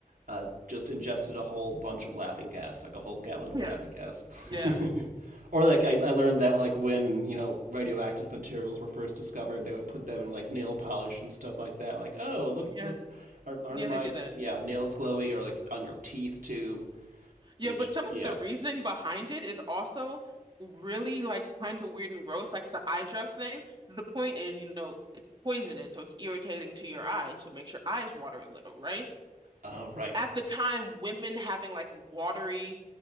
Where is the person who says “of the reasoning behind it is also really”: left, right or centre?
Right